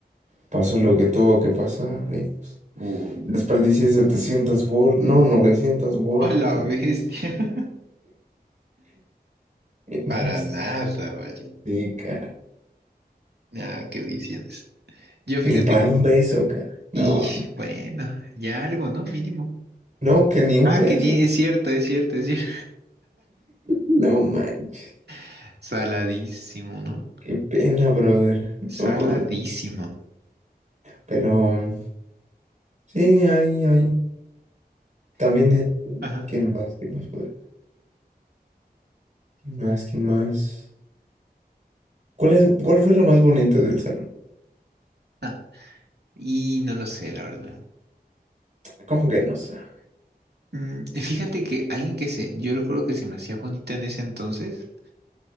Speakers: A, on the right; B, on the right.
A: pasó lo que tuvo que pasar. Y pues
B: Uh, no.
A: desperdicié 700 bolas. No, 900 bolas.
B: ¡Oh, la bestia! <laughs>
A: <laughs>
B: Para nada, vaya.
A: Sí, cara.
B: Ah, qué visiones. Yo fíjate
A: Ni para
B: que,
A: un beso, cara. No,
B: y
A: no,
B: bueno, ya algo, ¿no? Mínimo.
A: no, que ni un
B: Ah,
A: beso.
B: que di- es cierto, es cierto, es cierto.
A: No manches.
B: <laughs> Saladísimo, ¿no?
A: Qué pena, brother. No,
B: Saladísimo.
A: no. pero sí, hay, hay. También es.
B: Ajá.
A: ¿Quién más? ¿Quién más, brother? ¿Quién más? ¿Quién más? ¿Cuál es, cuál fue lo más bonito del salón?
B: Ah, y no lo sé, la verdad.
A: ¿Cómo que no sabe?
B: Mm, fíjate que alguien que se, yo recuerdo que se me hacía bonita en ese entonces,